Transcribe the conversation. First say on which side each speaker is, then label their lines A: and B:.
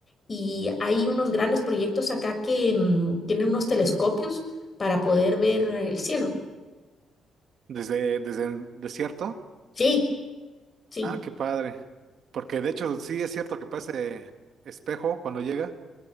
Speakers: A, on the left; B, on the right.
A: y hay unos grandes proyectos acá que mm, tienen unos telescopios para poder ver el cielo.
B: Desde, desde el desierto.
A: Sí, sí.
B: Ah, qué padre. Porque de hecho sí es cierto que parece espejo cuando llega.